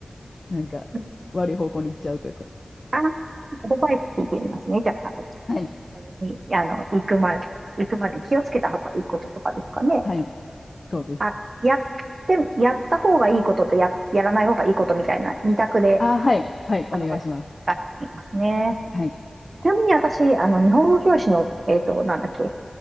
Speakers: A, on the left; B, on the right.
A: なんか、
B: うん
A: 悪い方向に行っちゃうというか。
B: あー、アドバイス聞いてみますね。じゃあ、タロット
A: はい。
B: それに、あの、行くまで、行くまでに気をつけた方がいいこととかですかね。
A: はい。そうです。
B: あ、やって、やった方がいいこととや、やらない方がいいことみたいな二択で
A: あ、はい。はい。
B: アドバイス出してみますね。
A: お願いします。はい。
B: ちなみに私、あの、日本語教師の、えっと、なんだっけ、